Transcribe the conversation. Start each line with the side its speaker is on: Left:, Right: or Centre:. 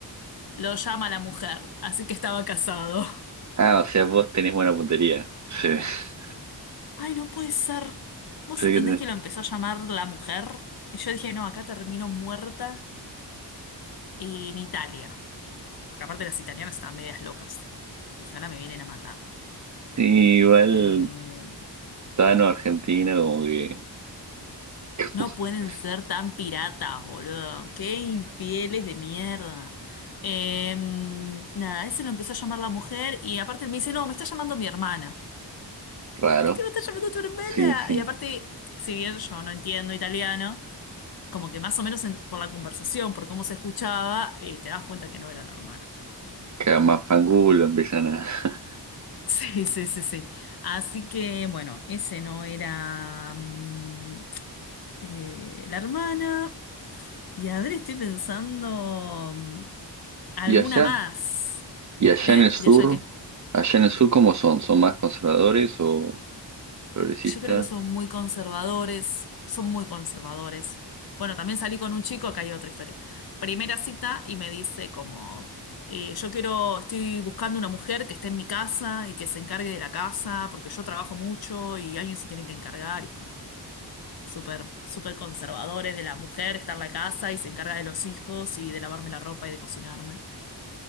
Left: lo llama la mujer, así que estaba casado.
Right: Ah, o sea, vos tenés buena puntería. Sí. <laughs>
Left: <laughs> Ay, no puede ser. ¿Vos
Right: Sé
Left: entendés
Right: que tenés.
Left: que lo empezó a llamar la mujer? Y yo dije, no, acá termino muerta en Italia. Porque aparte las italianas estaban medias locas. Dije, ahora me vienen a matar.
Right: Sí, igual
Left: Eh,
Right: Tano Argentina, como que <laughs>
Left: No pueden ser tan piratas, boludo. Qué infieles de mierda. Em, nada, ese lo empezó a llamar la mujer y aparte él me dice, no, me está llamando mi hermana.
Right: raro.
Left: ¿Qué te va a estar llamando tu hermana?
Right: Sí, sí.
Left: Y aparte, si bien yo no entiendo italiano, como que más o menos en- por la conversación, por cómo se escuchaba, eh, te das cuenta que no era la hermana.
Right: Cada más fangulo empiezan a. <laughs>
Left: <laughs> Sí, sí, sí, sí. Así que, bueno, ese no era. mm, eh, la hermana. Y a ver, estoy pensando mm, alguna
Right: Y allá,
Left: más.
Right: y allá
Left: ¿Eh?
Right: en el sur,
Left: ¿Y allá qué?
Right: allá en el sur, ¿cómo son? ¿Son más conservadores o progresistas?
Left: Yo creo que son muy conservadores. Son muy conservadores. Bueno, también salí con un chico, acá hay otra historia. Primera cita y me dice como, eh, yo quiero, estoy buscando una mujer que esté en mi casa y que se encargue de la casa, porque yo trabajo mucho y alguien se tiene que encargar. Y es como, súper, súper conservadores de la mujer, está en la casa y se encarga de los hijos y de lavarme la ropa y de cocinarme.